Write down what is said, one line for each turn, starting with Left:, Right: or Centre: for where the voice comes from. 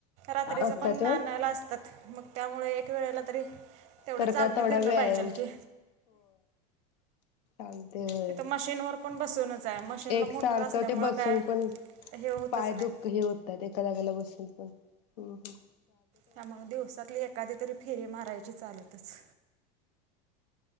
Right: रात्रीच
Left: असतात
Right: पण
Left: होय
Right: नानाला असत त्यात मग त्यामुळे एक वेळेला तरी तेवढं
Left: तर
Right: चालणं
Left: का तेवढा
Right: फिरणं
Left: व्यायाम
Right: पाहिजेल की.
Left: आलते होय.
Right: तिथं मशीनवर पण बसूनच. आहे मशीनला
Left: एक
Right: मोटर
Left: सारखं
Right: असल्यामुळं
Left: ते बसून
Right: काय
Left: पण
Right: हे होतच
Left: पाय
Right: नाही
Left: दुःख हे होतात एका जाग्याला बसून पण. हम्-हम्
Right: त्या मग दिवसातली एकादी तरी फेरी मारायची चालतच.